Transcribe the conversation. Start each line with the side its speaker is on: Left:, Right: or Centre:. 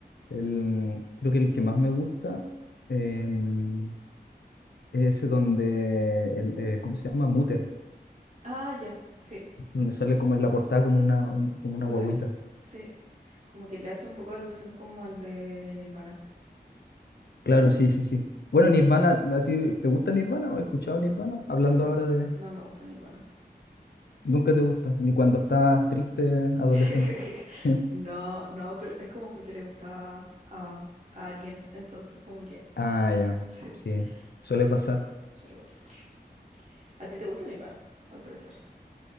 Left: El, creo que el que más me gusta em, es ese donde, el, eh, ¿cómo se llama? Mutter,
Right: Ah, ya, sí,
Left: donde sale como en la portada como una, un- como
Right: un
Left: una
Right: bebé.
Left: guagüita.
Right: Sí, como que le hace un poco alusión como al de Nirvana.
Left: Claro, sí, sí, sí. Bueno, Nirvana, ¿a ti te gusta Nirvana o has escuchado Nirvana? Hablando
Right: Ah,
Left: ahora de...
Right: no me gusta Nirvana.
Left: Nunca te gustó, ni cuando estabas triste, adolescente.
Right: <laughs>
Left: <laughs>
Right: No, no, pero es como porque le gustaba a, a alguien, entonces como que
Left: Ah, ya,
Right: <laughs> sí,
Left: sí, suele
Right: sí,
Left: pasar.
Right: suele pasar. ¿A ti te gusta Nirvana, al parecer?